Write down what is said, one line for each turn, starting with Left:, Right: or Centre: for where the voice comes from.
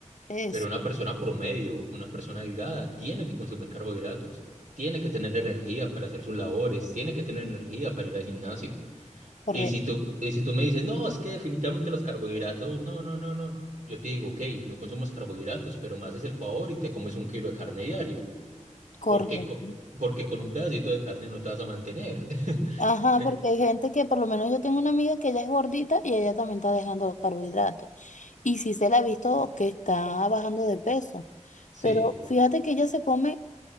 Left: Eso.
Right: pero una persona promedio, una persona delgada, tiene que consumir carbohidratos, tiene que tener energía para hacer sus labores, tiene que tener energía para ir al gimnasio.
Left: Correcto,
Right: Y si tú, y si tú me dices, no, es que definitivamente los carbohidratos, no, no, no, no. Yo te digo, ok, no consumas carbohidratos, pero me haces el favor y te comes un kilo de carne diario,
Left: correcto.
Right: porque, co- porque con un pedacito de carne no te vas a mantener. <laughs>
Left: Ajá,
Right: Eh,
Left: porque hay gente que, por lo menos yo tengo una amiga que ella es gordita y ella también está dejando los carbohidratos. Y sí se la ha visto que está bajando de peso.
Right: Sí,
Left: Pero fíjate que ella se come